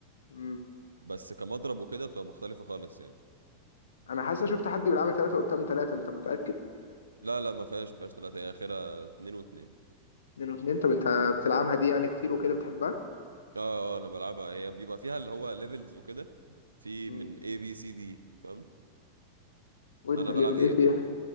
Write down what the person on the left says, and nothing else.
امم
انا حاسس شفت حد بيلعبها ثلاثه قدام ثلاثه انت متاكد
اتنين واتنين طب انت بتلعبها دي يعني كتير وكده بتحبها
مم.
وانت
ليفل
ايه فيها